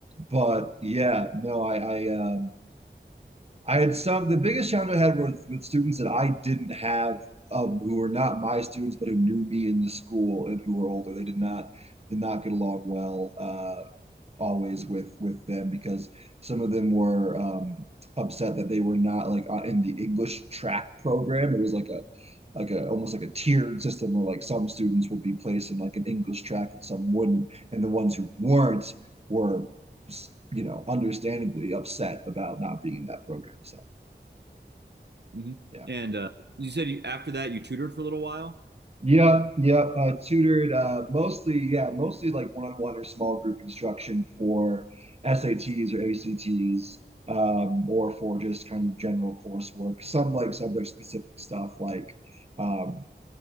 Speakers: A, on the right; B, on the right.
A: but yeah, no, I I um I had some the biggest challenge I had was with students that I didn't have um who were not my students but who knew me in the school and who were older. They did not did not get along well. Uh always with with them because some of them were um, upset that they were not like uh, in the English track program. It was like a like a almost like a tiered system where like some students would be placed in like an English track and some wouldn't, and the ones who weren't were, you know, understandably upset about not being in that program. So
B: hmm
A: yeah.
B: And uh, you said you, after that you tutored for a little while.
A: Yep, yep. Uh, tutored uh, mostly, yeah, mostly like one-on-one or small group instruction for SATs or ACTs, um, or for just kind of general coursework. Some like subject-specific stuff. Like, um,